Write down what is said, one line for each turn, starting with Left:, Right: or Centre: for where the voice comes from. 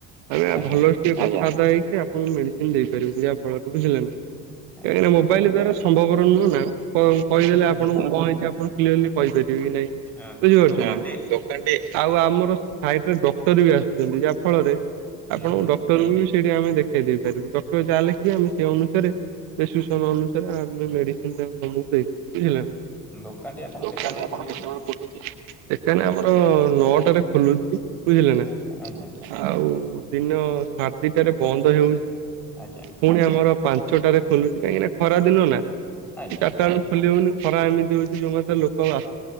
Right: ଆମେ
Centre: ଆଜ୍ଞା ଆଜ୍ଞା
Right: ଭଲ ଟିକେ କଥାବାର୍ତ୍ତା ହେଇକି ଆପଣଙ୍କୁ ମେଡିସିନ ଦେଇପାରିବୁ ଯାହାଫଳରେ ବୁଝିଲେନା।
Centre: ଆଜ୍ଞା
Right: କାହିଁକିନା
Centre: ଆଜ୍ଞା।
Right: ମୋବାଇଲ ଦ୍ଵାରା ସମ୍ଭବପର ନୁହଁ ନା କ କହିଦେଲେ
Centre: ହୁଁ ହୁଁ
Right: ଆପଣଙ୍କୁ
Centre: ହୁଁ
Right: କଣ ହେଇଛି ଆପଣ କ୍ଲିଅର୍ଲି କହିପାରିବି କି ନାଇଁ
Centre: ହଁ
Right: ବୁଝିପାରୁଚନ୍ତି
Centre: ଦୋକାନଟି
Right: ହଁ ହଁ ଦୋକାନଟି ଆଉ ଆମର ସାଇଟରେ ଡକ୍ଟର ବି ଆସୁଛନ୍ତି ଯାହା ଫଳରେ
Centre: ହୁଁ
Right: ଆପଣଙ୍କୁ
Centre: ହୁଁ
Right: ଡକ୍ଟରକୁ ବି ସେଇଟି ଆମେ ଦେଖେଇ ଦେଇପାରିବୁ ଡକ୍ଟର ଯାହା ଲେଖିବେ ଆମେ ସେଇ ଅନୁସାରେ ପେଶ୍ୟୁସନ୍ ଅନୁସାରେ ଆମେ ମେଡିସିନ <unintelligible> ଦେଇ <unintelligible> ହେଲାନା
Centre: ଦୋକାନଟି ଆପଣ
Right: ଦୋକାନି
Centre: କେତେବେଳେ
Right: ଆପଣ
Centre: ଖୋଲୁଛି?
Right: କେତବେଳେ ଖୋଲୁଚି? ଦେକାନେ ଆମର ନଅଟାରେ ଖୋଲୁଚି ବୁଝିଲେ ନା
Centre: ଆଜ୍ଞା ଆଜ୍ଞା
Right: ଆଉ ଦିନ ସାଡେଦିଟାରେ ବନ୍ଦ ହେଉଛି
Centre: ଆଜ୍ଞା
Right: ଫୁଣି ଆମର ପା ଛଟାରେ ଖୋଲୁଛି କାହିଁକିନା ଖରାଦିନ ନା।
Centre: ଆଜ୍ଞା
Right: ଚାରିଟା
Centre: ଆଜ୍ଞା
Right: ବେଳକୁ
Centre: ଆଜ୍ଞା।
Right: ଖୋଲି ହଉନି ଖରା ଏମିତି ହୋଉଛି ଯୋଉମାତେ ଲୋକ ଆ